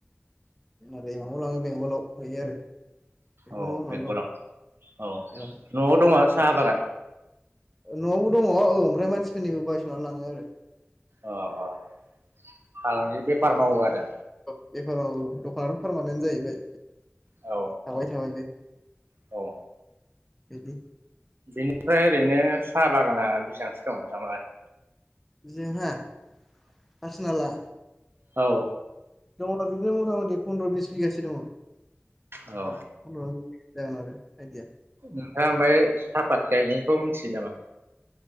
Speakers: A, in the centre; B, on the right.
A: माबायाव लाङो बेंगलाव हैयो आरो बेखौ
B: औ
A: मावनानै
B: बेंगलाव औ
A: दं
B: न'आव दङ'ना साहा
A: औ
B: बागान
A: न'आवबो दङ' औ ओमफ्राय मानसिफोरनिबो बायस'नानै लाङो आरो
B: अ' अ' फालांगि बेफार मावो आरो
A: बेफोर औ दखानानो' पारमानेन्ट जाहैबाय
B: औ
A: थाबाय थाबाय नो
B: औ
A: <unintelligible>
B: बिनिफ्राय ओरैनो साहा बागाना बेसांसो दं <unintelligible> लाय?
A: जोंहा पारसनेल‌आ
B: औ
A: दङ' बिदिनो मथा मथि फन्द्र' बिस बिगासो दङ'
B: औ
A: <unintelligible> जागोन आरो। आइदिया
B: नोंथाङा ओमफाय सापात गायनायखौ मिथियो नामा?